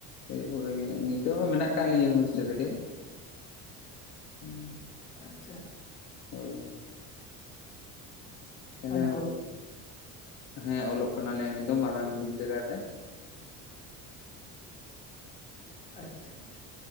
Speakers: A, on the left; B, on the left.
A: ᱮᱨᱯᱚᱨᱮᱜ ᱜᱮ ᱱᱤᱛᱚᱜ ᱦᱚᱸ ᱢᱮᱱᱟᱜ ᱟᱠᱟᱫ ᱞᱤᱧᱟᱹ ᱦᱳᱥᱴᱮᱞ ᱨᱮᱜᱮ ᱦᱩᱸ
B: ᱟᱪᱪᱷᱟ
A: ᱦᱳᱭ ᱛᱟᱦᱚᱞᱮ
B: ᱢᱟᱱᱮ ᱚᱞᱚᱜ
A: ᱦᱮᱸ ᱚᱞᱚᱜ ᱠᱟᱱᱟᱞᱤᱧ ᱟᱹᱞᱤᱧ ᱫᱚ ᱢᱟᱨᱟᱝ ᱵᱤᱫᱽᱫᱟᱹᱜᱟᱲ ᱨᱮ
B: ᱟᱪᱪᱷᱟ ᱟᱪᱪᱷᱟ